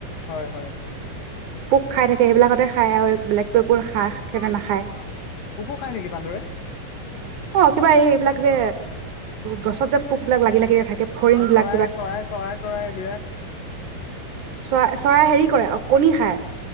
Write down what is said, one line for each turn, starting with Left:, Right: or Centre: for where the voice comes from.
Left: হয় হয়।
Right: পোক খাই থাকে সেইবিলাকতে খায় আৰু বেলেগতো একো হাঁহ কে নাখায়
Left: পকু ও খাই নেকি বান্দৰে?
Right: অঁ, কিবা এই এইবিলাক যে, গছত যে পোক বিলাক লাগি লাগিল থাকে। ফৰিংবিলাক
Left: আৰু চৰাই চৰাই চৰাই চৰাইবিলাক?
Right: চৰা চৰাই হেৰি কৰে কণী খায়।